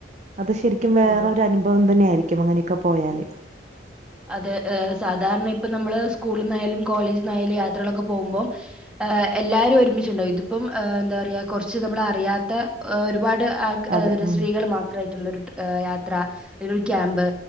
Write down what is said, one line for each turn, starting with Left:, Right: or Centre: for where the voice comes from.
Right: അത് ശരിക്കും വേറൊ
Centre: അതെ
Right: ഒരു അനുഭവം തന്നെ ആയിരിക്കും അങ്ങനെയൊക്കെ പോയാല്
Centre: അതെ സാധാരണ ഇപ്പ നമ്മള് സ്കൂളിൽ നിന്നായാലും കോളേജിൽ നിന്നായാലും യാത്രകളൊക്കെ പോകുമ്പോം ഹ് എല്ലാരും ഒരുമിച്ചട്ടുണ്ടാവും ഇതിപ്പം എന്താ പറയാുക കുറച്ച് നമ്മള അറിയാത്ത ഒരുപാട് ആൾ
Right: അതെ ഉം
Centre: സ്ത്രീകൾ മാത്രമായിട്ടുള്ള ഒരു യാത്ര അല്ലെ ഒരു ക്യാമ്പ്